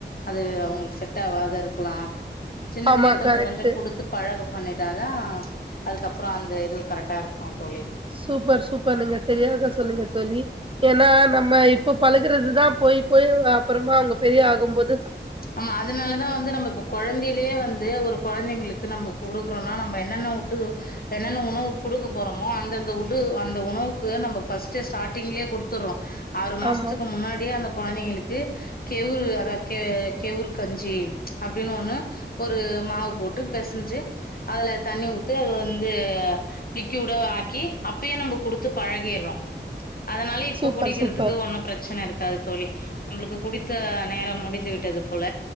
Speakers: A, on the left; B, on the right.
A: அது அவ்ங்களுக் செட் ஆவாதுருக்கலா சின்னதுலே
B: ஆமா
A: கொஞ்ச
B: கரெக்ட்டு
A: கொஞ்ச குடுத் து பழகம் பண்ணீட்டாதா அதுக்கப்றோ அந்த இது கரெக்ட்டா இருக்கு தோழி
B: சூப்பர் சூப்பர் நீங்க சரியாக சொன்னீங்க தோழி ஏனா நம்ம இப்போ பழ க்கறதுதா போயி போயி அப்பறமா அவ்ங்க பெரிய ஆகும் போது
A: ஆமா அதுனாலதா வந்து நம்ம இப்போ கொழந்தைலே வந்து ஒரு கொழந்தைங்களுக்கு நம்ப குடுக்றோன்னா நம்ப என்னென்ன உட்டு என்னென்ன உணவு குடுக்க போறமோ அந்தந்த உட்டு அந்த உணவுக்கு நம்ப ஃபஸ்ட்டு ஸ்டாட்டிங்லே குடுத்துர்றோ ஆறு மாஸ்த்துக்கு
B: ஆமா
A: முன்னாடியே அந்த கொழந்தைங்களுக்கு கெவுரு அதா கெ கெவுரு கஞ்சி அப்டினு ஒன்னு ஒரு மாவு போட்டு பெசஞ்சு அதுல தண்ணி ஊத்து அதுல வந்து லிக்யூடு ஆக்கி அப்பயே நம்ப குடுத்து பழகீர்றோ அதனாலே இப்ப
B: சூப்பர்
A: குடிக்கிறதுக்கு
B: சூப்பர்
A: ஒன்னு பிரச்சன இருக்காது தோழி நம்பளுக்கு குடித்த நேரம் முடி ந்து விட்டது போல